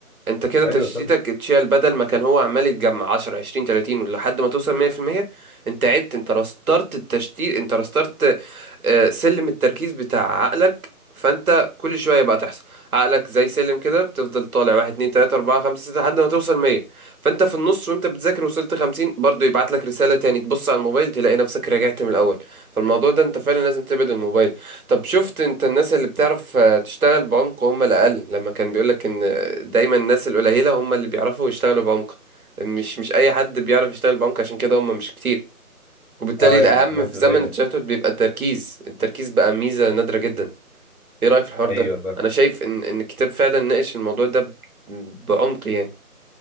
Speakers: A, on the right (about 65°); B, on the left (about 55°).
A: انت كده
B: ايوه
A: تشتيتك
B: طبعا
A: اتشال بدل ما كان هو عمال يتجمع 10 20 30 لحد ما توصل 100% انت عدت انت رسترت التشتيت انت رسترت آه، سلم التركيز بتاع عقلك فانت كل شويه بقى تحصل عقلك زي سلم كده بتفضل طالع 1 2 3 4 5 6 لحد ما توصل 100 فانت في النص وانت بتذاكر وصلت 50 برضه يبعت لك رساله تاني تبص على الموبايل تلاقي نفسك رجعت من الاول فالموضوع ده انت فعلا لازم تبعد الموبايل طب شفت انت الناس اللي بتعرف آه، تشتغل بعمق هم الأقل لما كان بيقولك ان آه، دايما الناس القليلة هم اللي بيعرفوا يشتغلوا بعمق مش مش أي حد بيعرف يشتغل بعمق عشان كده هم مش كتير وبالتالي
B: اه
A: الأهم
B: يعني ناس
A: في
B: قليله
A: زمن التشتت بيبقى التركيز التركيز بقى ميزة نادرة جدا ايه رأيك في الحوار
B: ايوه
A: ده؟
B: فاهم
A: أنا شايف ان ان الكتاب فعلا ناقش الموضوع ده ب- بعمق يعني